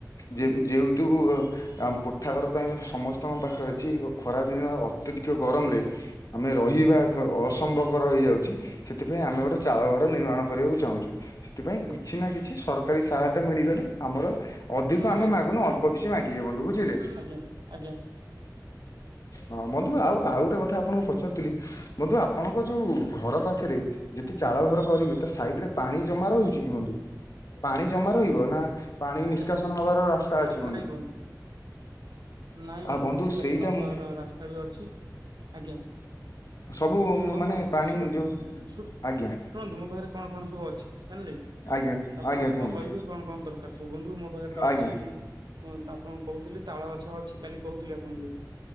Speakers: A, on the left; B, on the right.
A: ଯେ
B: ଆଜ୍ଞା
A: ଯେଉ ମୁଁ କୋଠା ଘର ତ ଏଇନା ସମସ୍ତଙ୍କ ପାଖରେ ଅଛି ଖରାଦିନ ଅତ୍ୟଧିକ ଗରମରେ ଆମେ ରହିବା ଅସମ୍ଭବକର ହେଇଯାଉଛି। ସେଥିପାଇଁ ଆମେ
B: ଆଜ୍ଞା
A: ଗୋଟେ ଚାଳ ଘର ନିର୍ମାଣ କରିବାକୁ ଚାହୁଁଛୁ। ସେଥିପାଇଁ
B: ଆଜ୍ଞା
A: କିଛି ନା କିଛି ସରକାର ସରକାରୀ ସହାୟତା ମିଳିଗଲେ ଆମର ଅଧିକ
B: ଆଜ୍ଞା
A: ଆମେ ମାଗୁନୁ ଅଳ୍ପ କିଛି ମାଗିବେ ବନ୍ଧୁ ବୁଝିଲେ।
B: ଆଜ୍ଞା ଆଜ୍ଞା।
A: ହଁ ବନ୍ଧୁ ଆଉ ଆଉ ଗୋଟେ କଥା ଆପଣଙ୍କୁ ପଚାରୁଥିଲି ବନ୍ଧୁ ଆପଣଙ୍କ ଯୋଉ ଘର ପାଖରେ ଯେତେ ଚାଳ ଘର କରିବେ ତା ସାଇଡରେ ପାଣି ଜମା
B: କହୁନାହାନ୍ତି।
A: ରହୁଛି କି ବନ୍ଧୁ? ପାଣି ଜମା ରହିବ ନା ପାଣି
B: ନାଇଁ
A: ନିଷ୍କାସନ
B: ବନ୍ଧୁ
A: ହବାର ରାସ୍ତା
B: ନା
A: ଅଛି ବନ୍ଧୁ?
B: ନାଇଁ ନାଇଁ
A: ଆଉ
B: ବନ୍ଧୁ ନିଷ୍କାସନ
A: ସେଇଟା
B: ହବାର
A: ମୁଁ
B: ରାସ୍ତା ବି ଅଛି। ଆଜ୍ଞା।
A: ସବୁ
B: ବନ୍ଧୁ
A: ମାନେ ପାଣି
B: ଶୁଣ
A: ଯୋଉ
B: ଶୁଣ
A: ଆଜ୍ଞା
B: ଶୁଣନ୍ତୁ ମୋ ପାଖରେ କଣ କଣ ସବୁ ଅଛି ଜାଣିଲେ କି।
A: ଆଜ୍ଞା
B: ତାପରେ
A: ଆଜ୍ଞା
B: ଆପଣ
A: କୁହନ୍ତୁ
B: କହିବେ କଣ କଣ ଦରକାର। ବନ୍ଧୁ ମୋ ପାଖରେ ତ
A: ଆଜ୍ଞା
B: ଅଛି ତ ଆପଣଙ୍କୁ କହୁଥିଲି ତାଳ ଗଛ ଅଛି କାଲି କହୁଥିଲି ଆପଣଙ୍କୁ